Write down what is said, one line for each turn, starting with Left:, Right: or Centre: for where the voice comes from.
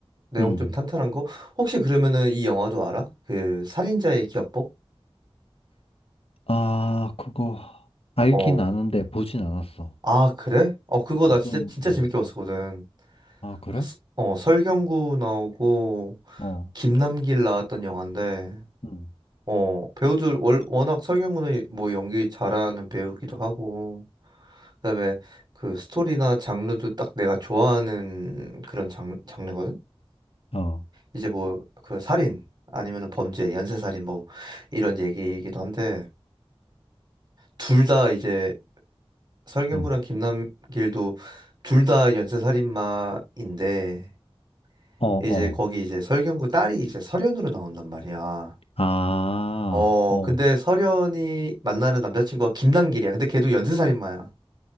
Right: 내용
Left: 음.
Right: 좀 탄탄한 거? 혹시 그러면은 이 영화도 알아? 그, 살인자의 기억법?
Left: 아, 그거 알긴
Right: 어.
Left: 아는데 보진 않았어.
Right: 아, 그래? 어, 그거
Left: 어,
Right: 나 진짜,
Left: 좀,
Right: 진짜
Left: 어,
Right: 재밌게 봤었거든.
Left: 아, 그래?
Right: 서- 어, 설경구 나오고,
Left: 어.
Right: 김남길 나왔던 영화인데,
Left: 음,
Right: 어, 배우들, 월, 워낙 설경구는 뭐 연기 잘하는 배우기도 하고, 그다음에 그 스토리나 장르도 딱 내가 좋아하는 그런 장, 장르거든.
Left: 어.
Right: 이제 뭐 그 살인 아니면은 범죄, 연쇄살인 뭐 이런 얘기이기도 한데 둘 다 이제 설경구랑
Left: 음.
Right: 김남길도 둘 다 연쇄살인마인데
Left: 어, 어.
Right: 이제 거기 이제 설경구 딸이 이제 설현으로 나온단 말이야.
Left: 아,
Right: 어,
Left: 어.
Right: 근데 설현이 만나는 남자친구가 김남길이야. 근데 걔도 연쇄살인마야.